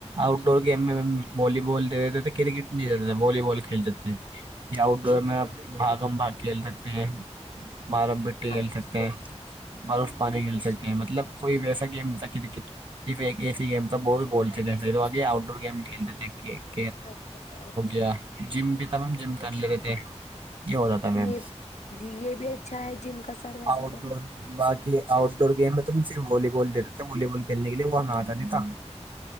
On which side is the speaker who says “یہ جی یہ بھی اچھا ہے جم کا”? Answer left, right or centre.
Left